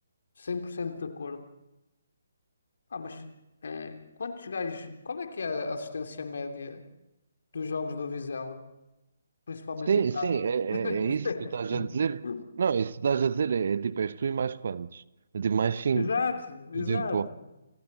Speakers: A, on the left; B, on the right.
A: 100% de acordo. Ah, mas eh, quantos gajos, qual é que é a assistência média dos jogos do Vizela? Principalmente
B: Sim,
A: em casa.
B: sim, é, é,
A: <laughs>
B: é isso que tu estás a dizer. Não, isso que tu estás a dizer é, é tipo, és tu e mais quantos? É tipo, mais cinco.
A: Exato, exato.
B: Eu digo,